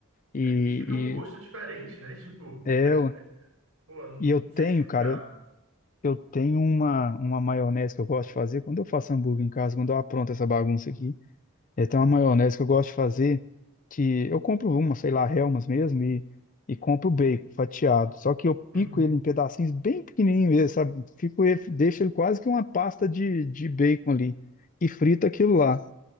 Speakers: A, on the left (about 35°); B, on the right (about 75°).
A: e,
B: É, e fica um gosto
A: e
B: diferente, né? Tipo,
A: é,
B: é, é, pô, eu
A: E eu
B: não
A: tenho,
B: sei explicar,
A: cara, eu,
B: velho.
A: eu tenho uma, uma maionese que eu gosto de fazer. Quando eu faço hambúrguer em casa, quando eu apronto essa bagunça aqui, é, tem uma maionese que eu gosto de fazer, que eu compro uma, sei lá, Hellmann's mesmo, e, e compro o bacon fatiado. Só que eu
B: Uhum.
A: pico ele em pedacinhos bem pequenininhos mesmo, sabe? Fico, ele- deixo ele quase que uma pasta de, de bacon ali. E frito aquilo lá.